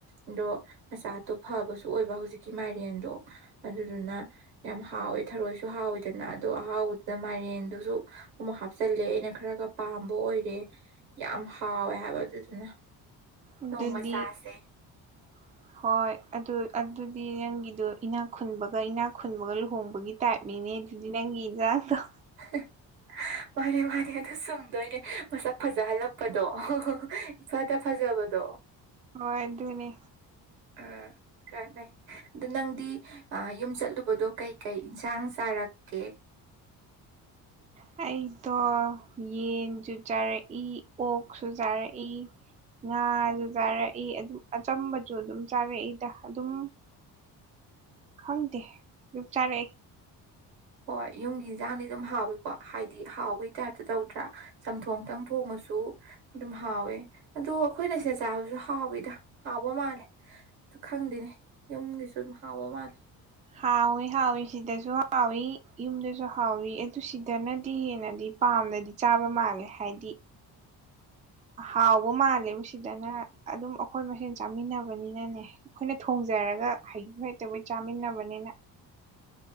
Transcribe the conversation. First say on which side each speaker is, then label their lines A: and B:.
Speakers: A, on the right; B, on the right.
A: ꯑꯗꯣ ꯃꯆꯥꯠꯇꯣ ꯐꯕꯁꯨ ꯑꯣꯏꯕ ꯍꯧꯖꯤꯛꯀꯤ ꯃꯥꯏꯔꯦꯟꯗꯣ ꯑꯗꯨꯗꯨꯅ ꯌꯥꯝ ꯍꯥꯎꯋꯦ ꯊꯔꯣꯏꯁꯨ ꯍꯥꯎꯋꯦ ꯀꯅ ꯑꯗꯨ ꯑꯍꯥꯎꯕꯗꯨꯗ ꯃꯥꯏꯔꯦꯟꯗꯨꯁꯨ ꯑꯃꯨꯛ ꯍꯥꯞꯆꯤꯜꯂꯦ ꯑꯩꯅ ꯈꯔꯒ ꯄꯥꯝꯕ ꯑꯣꯏꯔꯦ ꯌꯥꯝ ꯍꯥꯎꯋꯦ ꯍꯥꯏꯕ ꯑꯗꯨꯗꯨꯅ꯫
B: ꯑꯗꯨꯗꯤ
A: ꯅꯣꯡ ꯃꯆꯥꯁꯦ
B: <unintelligible> ꯍꯣꯏ ꯑꯗꯨ ꯑꯗꯨꯗꯤ ꯅꯪꯒꯤꯗꯣ ꯏꯅꯥꯛ ꯈꯨꯟꯕꯒ ꯏꯅꯥꯛ ꯈꯨꯟꯕꯒ ꯂꯨꯍꯣꯡꯕꯒꯤ ꯇꯥꯏꯞꯅꯤꯅꯦ꯫ ꯑꯗꯨꯗꯤ ꯅꯪꯒꯤꯦꯗ ꯇꯩ
A: <unintelligible> ꯃꯥꯅꯦ ꯃꯥꯅꯦ ꯑꯗꯨ ꯆꯨꯝꯗꯣꯏꯅꯦ ꯃꯁꯛ ꯐꯖꯍꯜꯂꯛꯄꯗꯣ <unintelligible> ꯏꯐꯗ ꯐꯖꯕꯗꯣ
B: ꯍꯣꯏ ꯑꯗꯨꯅꯦ
A: ꯑ ꯀꯥꯅꯩ ꯑꯗꯨ ꯅꯪꯗꯤ ꯑ ꯌꯨꯝ ꯆꯠꯂꯨꯕꯗꯣ ꯀꯩ ꯀꯩ ꯏꯟꯁꯥꯡ ꯆꯥꯔꯛꯀꯦ
B: <inaudible> ꯑꯩꯗꯣ ꯌꯦꯟꯁꯨ ꯆꯥꯔꯛꯏ ꯑꯣꯛꯁꯨ ꯆꯥꯔꯛꯏ ꯉꯥꯁꯨ ꯆꯥꯔꯛꯏ ꯑꯗꯨꯝ ꯑꯆꯥꯝꯕꯁꯨ ꯑꯗꯨꯝ ꯆꯥꯔꯛꯏꯗ ꯑꯗꯨꯝ ꯈꯪꯗꯦ ꯑꯗꯨꯝꯆꯥꯔꯛꯏ
A: ꯍꯣꯏ ꯌꯨꯝꯒꯤ ꯏꯟꯁꯥꯡꯗꯤ ꯑꯗꯨꯝ ꯍꯥꯎꯏꯀꯣ ꯍꯥꯏꯗꯤ ꯍꯥꯎꯕꯒꯤ ꯇꯥꯏꯞꯇ ꯇꯧꯗ꯭ꯔꯥ ꯆꯝꯊꯣꯡꯇꯪ ꯊꯣꯡꯉꯁꯨ ꯑꯗꯨꯝ ꯍꯥꯎꯋꯦ ꯑꯗꯣ ꯑꯩꯈꯣꯏꯅ ꯁꯤꯗ ꯆꯥꯕꯁꯨ ꯍꯥꯎꯋꯤꯗ ꯍꯥꯎꯕ ꯃꯥꯜꯂꯦ ꯑꯗꯨ ꯈꯪꯗꯦꯅꯦ ꯌꯨꯝꯒꯤꯁꯨ ꯑꯗꯨꯝ ꯍꯥꯎꯕ ꯃꯥꯜꯂꯦ
B: ꯍꯥꯎꯋꯤ ꯍꯥꯎꯏ ꯁꯤꯗꯁꯨ ꯍꯥꯎꯏ ꯌꯨꯝꯗꯁꯨ ꯍꯥꯎꯋꯤ ꯑꯗꯨ ꯁꯤꯗꯅꯗꯤ ꯍꯦꯟꯅꯗꯤ ꯄꯥꯝꯃꯤ ꯆꯥꯕ ꯃꯥꯜꯂꯦ ꯍꯥꯏꯗꯤ ꯍꯥꯎꯕ ꯃꯥꯜꯂꯦ ꯁꯤꯗꯅ ꯑꯗꯨꯝ ꯑꯩꯈꯣꯏ ꯃꯁꯦꯟ ꯆꯥꯃꯤꯟꯅꯕꯅꯤꯅꯅꯦ ꯑꯩꯈꯣꯏꯅ ꯊꯣꯡꯖ ꯊꯣꯡꯖꯔꯒ ꯍꯩꯕꯣꯏ ꯍꯩꯇꯕꯣꯢ ꯆꯥꯃꯤꯟꯅꯕꯅꯤꯅ